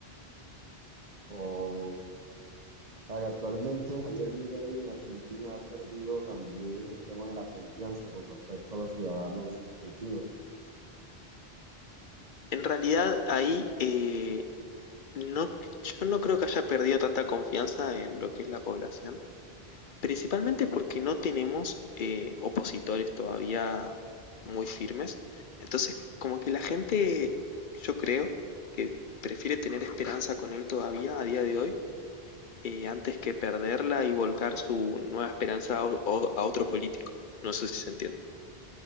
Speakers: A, on the right; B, on the left.
A: O o sea, actualmente Javier Milei en Argentina ha perdido también el tema de la confianza con respecto a los ciudadanos argentinos.
B: En realidad ahí eh, no, yo no creo que haya perdido tanta confianza en lo que es la población, principalmente porque no tenemos eh, opositores todavía muy firmes. Entonces, como que la gente, yo creo que prefiere tener esperanza con él todavía a día de hoy eh, antes que perderla y volcar su nueva esperanza a, o- a otro político. No sé si se entiende.